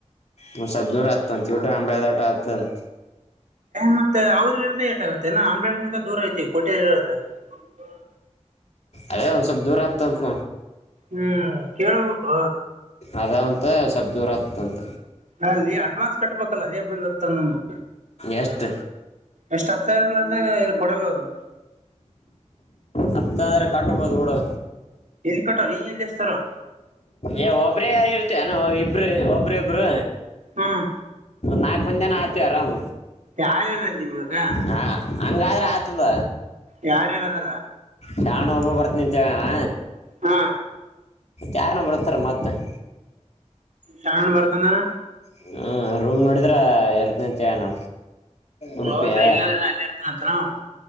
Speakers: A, on the left; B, on the right.
A: ಹ ಸ್ದೂರ ಆಗ್ತಂತ ಟ ಅಂಬದಟ ಆತಂತ
B: ಮತ್ತೆ ಅವ್ರ ಇರೋದ ಏಟಾಗುತ್ತೆ ನ ಹನ್ನೆರಡ್ ಗಂಟ ದೂರ ಐತಿವಿ ಪೋಟಿ ಇರೋದು. ಹೌ <inaudible>
A: ಅದೇ ಒಂದು ಸ್ವಲ್ಪ್ ದೂರ ಆತಂತ
B: ಹ್ಮ್ ಕೇಳ್ಬೇಕು
A: ಅದ ಮತ್ತೇ ಸ್ವಲ್ಪದೂರ ಆಗ್ತಂತ.
B: ಅಲ್ಲಿ ಅಡ್ವಾನ್ಸ್ ಕಟ್ಬೇಕಲ್ಲ ಅದೇ ಬಂದ್ತನಮಗ.
A: ಎಷ್ಟ,
B: ಎಷ್ಟು ಹತ್ತುಸಾವಿರ ಇಲ್ದೆ ಕೊಡಲೂರು.
A: ಹತ್ತು ಸಾವಿರ ಕಟ್ಬೋದು ಬಿಡು.
B: ಎಲ್ಲಿ ಕಟವನೀ ಎಲ್ಲಿಂದತರಾವ.
A: ಏ ಒಬ್ರೇ ಇರ್ತಿ ಎನು ಇಬ್ರು, ಒಬ್ರ -ಇಬ್ರು
B: ಹ್ಮ್,
A: ನಾಲ್ಕು ಮಂದಿ ಎನ ಆತವಿ ಆರಾಮ
B: ಯಾರ್ಯಾರ ಇದೀವಿ ಇವಾಗ
A: ಹ ಹಂಗಾದ್ರೆ ಆತದ.
B: ಯಾರ, ಯಾರ ಅದಾರ
A: ಶಾಣು ಒಬ್ಬ ಬರ್ತಿನಂತೇಳನಾ
B: ಹಾ
A: ಯಾರನ ಬರ್ತಾರ ಮತ್ತ <inaudible>
B: ಶಾಣು ಬರ್ತಂದನ.
A: ಹ್ಮ, ರೂಮ್ಡಿದ್ರ ಇರ್ತಿನಂತಹೇಳಾನ. ಉಡುಪಿಯ,
B: ಹೌದಾ ಇಲ್ಲಾಂದ್ರೆ ಅಲ್ಲೇ ಇರ್ತಾನಂತನ ಅವ